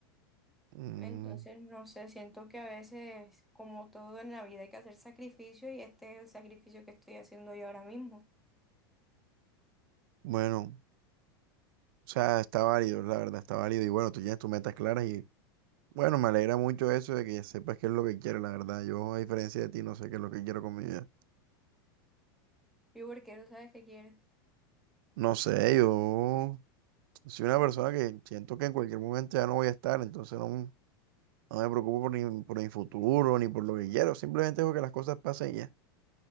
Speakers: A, on the right; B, in the centre.
A: Mm,
B: Entonces, no sé, siento que a veces, como todo en la vida, hay que hacer sacrificio y este es el sacrificio que estoy haciendo yo ahora mismo.
A: bueno, o sea, está válido, la verdad, está válido y bueno, tú tienes tus metas claras y bueno, me alegra mucho eso de que ya sepas qué es lo que quieres, la verdad. Yo, a diferencia de ti, no sé qué es lo que quiero con mi vida.
B: Y porque no sabes que quieres,
A: No sé, yo... Soy una persona que siento que en cualquier momento ya no voy a estar, entonces no, m- no me preocupo por, ni, por mi futuro ni por lo que quiero, simplemente dejo que las cosas pasen y ya.